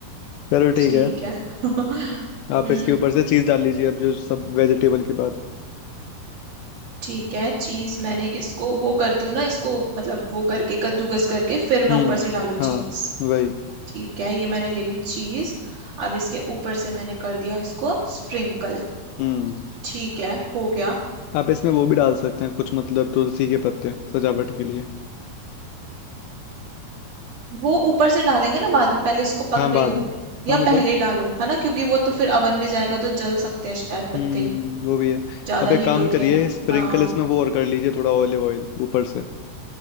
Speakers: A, on the left; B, on the right.
A: चलो ठीक
B: ठीक
A: है
B: है <laughs> हम्म
A: आप इसके ऊपर से चीज डाल लीजिए अब जो सब वेजिटेबल के बाद
B: ठीक है चीज मैंने इसको वो करती हूँ ना इसको मतलब वो करके कद्दूकस करके फिर
A: हम्म
B: मैं ऊपर से डालू
A: हाँ
B: चीज
A: वही
B: ठीक है ये मैंने ले ली चीज अब इसके ऊपर से मैंने कर दिया इसको स्प्रिंकल
A: हम्म
B: ठीक है हो गया
A: आप इसमें वो भी डाल सकते हैं कुछ मतलब तुलसी के पत्ते सजावट के लिए
B: वो ऊपर से डालेंगे ना बाद में पहले इसको पकने
A: हाँ बाद
B: दूं
A: में
B: या
A: हाँ मतलब
B: पहले डालूं है ना क्योंकि वो तो फिर अवन में जाएगा तो जल सकते हैं शायद पत्ते
A: हम्म वो भी है
B: ज्यादा
A: अब एक
B: हीट
A: काम
B: होती
A: करिए
B: है ना
A: स्प्रिंकल
B: हाँ
A: इसमें वो और कर लीजिए थोड़ा ऑलिव ऑयल ऊपर से